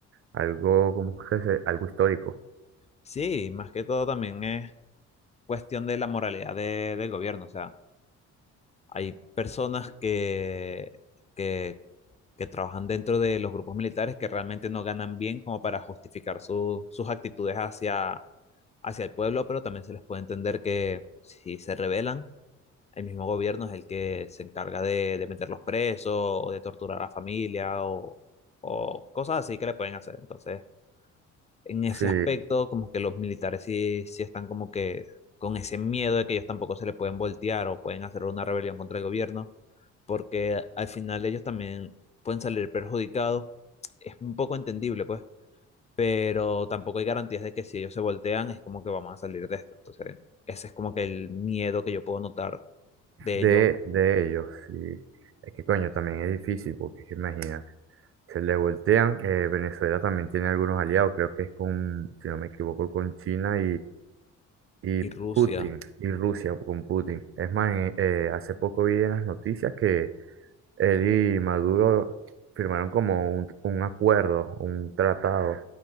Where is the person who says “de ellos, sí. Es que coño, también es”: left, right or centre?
Right